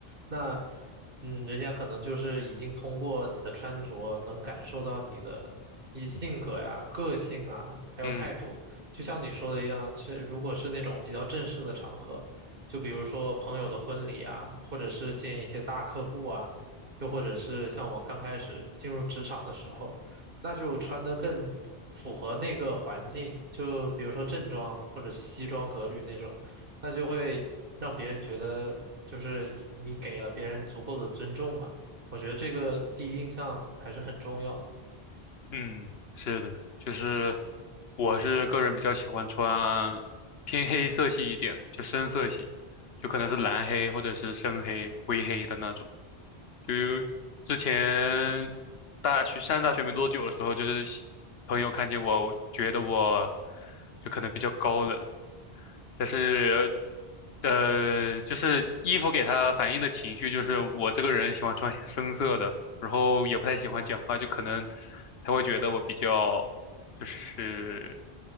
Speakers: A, on the right; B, on the left.
A: 那嗯，人家可能就是已经通过你的穿着能感受到你的一性格呀、个性啊，还有态度。
B: 嗯。
A: 就像你说的一样，其实如果是那种比较正式的场合，就比如说朋友的婚礼啊，或者是见一些大客户啊，又或者是像我刚开始进入职场的时候，那就穿得更符合那个环境，就比如说正装或者西装革履那种，那就会让别人觉得就是你你给了别人足够的尊重嘛。我觉得这个第一印象还是很重要的。
B: 嗯，是的，就是我是个人比较喜欢穿偏黑色系一点的，就深色系，就可能是蓝黑或者是深黑、灰黑的那种。就
A: 嗯
B: 之前大学上大学没多久的时候，就是喜朋友看见我，觉得我就可能比较高冷，但是呃，就是衣服给他反映的情绪，就是我这个人喜欢穿深色的，然后也不太喜欢讲话，就可能他会觉得我比较就是